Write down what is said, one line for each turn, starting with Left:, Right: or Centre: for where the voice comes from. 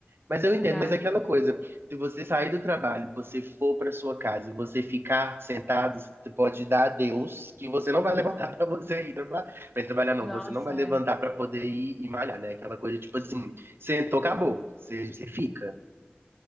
Right: Mas eu entendo,
Centre: Dá.
Right: mas é aquela coisa, se você sair do trabalho, você for para sua casa e você ficar sentado, você pode dar a Deus que você não vai <laughs> levantar para você ir trabalhar. Mas trabalhar não,
Centre: Nossa,
Right: você não vai levantar
Centre: é.
Right: para poder ir e malhar, né? Aquela coisa tipo assim, sentou, acabou. Você, você fica.